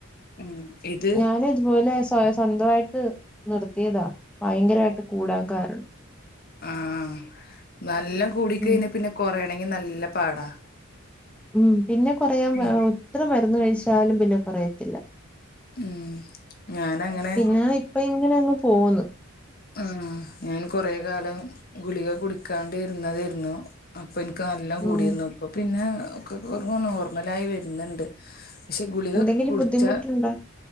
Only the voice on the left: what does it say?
ഉം ഇത്
ആഹ് ആഹ് നല്ല കൂടി
കഴിഞ്ഞാ പിന്നെ കൊറയണെങ്കിൽ നല്ല പാടാ
ഉം
ഉം ഞാനങ്ങനെ
ആ ഞാൻ കൊറെ കാലം ഗുളിക കുടിക്കാണ്ടിരുന്നതെരുന്നു അപ്പൊ എനിക്ക് നല്ലോ കൂടിരുന്നു
ഇപ്പൊ പിന്നെ ഒക്കെ നോർമലായി വരുന്നുണ്ട് പക്ഷെ ഗുളിക
കുടിച്ച